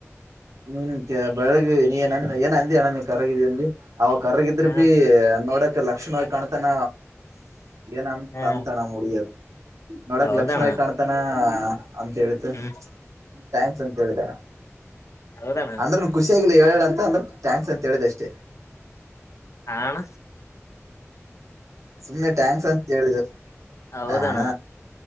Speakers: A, on the right (about 85°); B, on the left (about 70°).
A: ನಿನ್ ಬೆಳಗ್ಗೆ ನೀಏಂದ ಏನ್ ಅಂದಿ ಅಣ್ಣ ನೀ ಕರಗಿದಿ ಅಂದಿ ಅವ ಕರಗಿದ್ರ
B: ಹ
A: ಭೀ ನೋಡಕ್ ಲಕ್ಷಣವವಾಗಿ ಕಾಣ್ತಾನ ಏನಂತ
B: ಹಾ
A: ಅಂತಾನ ಹುಡುಗಿಯದ ನೋಡಕ್
B: ಹೌದಣ್ಣ
A: ಲಕ್ಷ್ಮವವಾಗಿ ಕಾಣ್ತಾನ ಅಂತ ಹೇಳಿತು
B: ಹ್ಮ್
A: ಥ್ಯಾಂಕ್ಸ್ ಅಂತ ಹೇಳಿದಣ
B: ಹೌದಣ
A: ಅಂದ್ರನ್ ಹೇಳ ಅಂತ ಅಂದ್ರೆ ಥ್ಯಾಂಕ್ಸ್ ಅಂತ ಹೇಳಿದ್ ಅಷ್ಟೇ
B: ಹಣ
A: ಸುಮ್ಮ್ನೆ ಟ್ಯಾಂಕ್ಸ್ ಅಂತ ಹೇಳೇಳಿದ
B: ಹೌದಣ್ಣ
A: ಹಣ